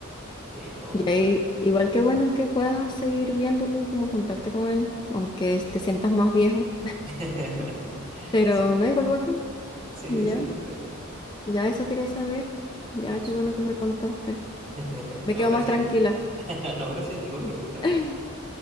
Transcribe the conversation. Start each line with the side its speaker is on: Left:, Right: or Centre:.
Right: y todo
Left: y
Right: muy bueno.
Left: ahí, igual que bueno que puedas seguir viéndolo y como juntarte con él, aunque te sientas más viejo,
Right: <laughs>
Left: pero
Right: Sí,
Left: no igual bacán,
Right: sí,
Left: ya.
Right: sí, impeque.
Left: Ya eso quería saber. Ya
Right: Ya,
Left: qué
Right: súper.
Left: bueno que me contaste.
Right: <laughs>
Left: Me
Right: No,
Left: quedo
Right: gracias
Left: más tranquila.
Right: a ti. <laughs> No, gracias a ti por preguntarme.
Left: <clears throat> <laughs>